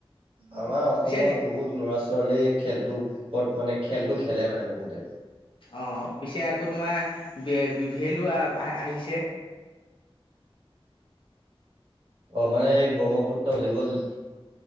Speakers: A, on the right; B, on the left.
A: আমাৰ অসমৰ
B: পিছে
A: বহুত লৰা ছোৱালীক খেলটো ওৰত মানে খেলটো খেলে মানে বহুতে।
B: অ', পিছে আকৌ তোমাৰ বি বিভেলো আহ আহ আহিছে।
A: অ', মানে এই ব্ৰহ্মপুত্ৰ হল <unintelligible>